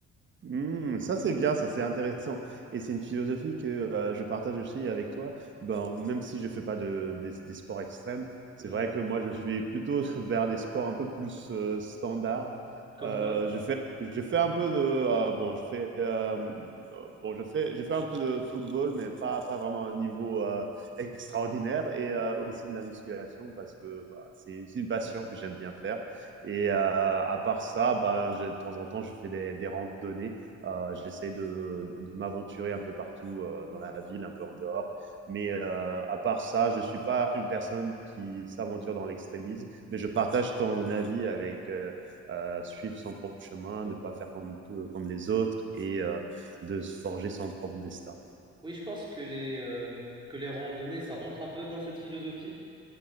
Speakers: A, on the right (about 40°); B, on the right (about 15°).
A: Mmh, ça c'est bien, ça c'est intéressant et c'est une philosophie que, heu, je partage aussi avec toi. Ben, même si je fais pas de des des sports extrêmes,
B: Mm.
A: c'est vrai que moi je suis plutôt <laughs> vers des sports un peu plus, heu, standards.
B: Comme
A: Heu,
B: quoi?
A: je fais je fais un peu de, heu, bon je fais, hem, heu, bon je fais je fais un peu de football mais pas pas vraiment à un niveau, heu, extraordinaire et heu, aussi de la musculation parce que, bah, c'est c'est une passion que j'aime bien faire et heu, à part ça, ben, j'ai de temps en temps je fais des des randonnées euh, J'essaie de, de m'aventurer un peu partout euh, dans la ville, un peu en dehors. Mais euh, à part ça, je ne suis pas une personne qui s'aventure dans l'extrémisme, mais je partage ton avis avec euh, euh, suivre son propre chemin, ne pas faire comme, tout, comme les autres et euh, de se forger son propre destin.
B: Oui, je pense que les, euh, que les randonnées, ça rentre un peu dans cette philosophie.